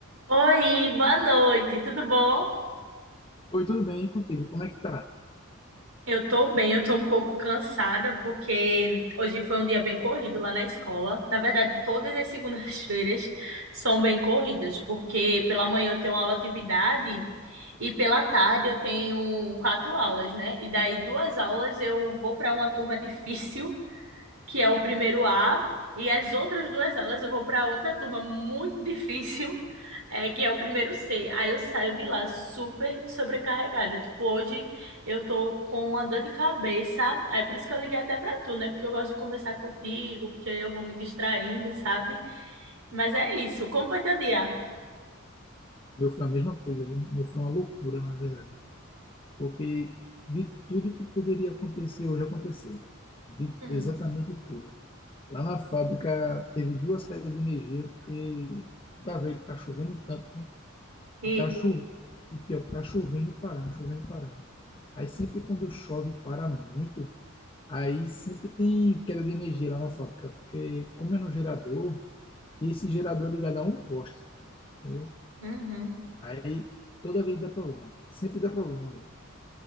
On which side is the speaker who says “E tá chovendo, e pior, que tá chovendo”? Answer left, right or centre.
Left